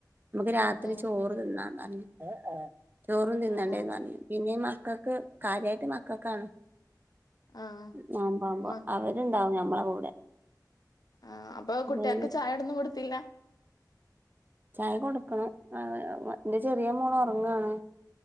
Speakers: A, on the right; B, on the left.
A: മ്മക്ക് രാത്രി
B: ഏഹ്
A: ചോറ് തിന്നാന്നർഞ്ഞ്. ഏഹ്‌ ആഹ് ചോറും തിന്നണ്ടേന്നർഞ്ഞ്.
B: ആഹ്
A: പിന്നെ മക്കക്ക് കാര്യായിട്ട് മക്കക്കാണ്.
B: ആഹ്
A: നോമ്പാഉമ്പൊ
B: മ
A: അവെര്ണ്ടാവും ഞമ്മളെ കൂടെ.
B: ആഹ് അപ്പ
A: അത്
B: കുട്ട്യേക്ക്
A: കഴിഞ്ഞ്
B: ചായൊടൊന്ന് കൊടുത്തില്ല?
A: ചായ കൊടുക്കണം. <unintelligible> ന്റെ ചെറിയ മോളോറങ്ങാണ്.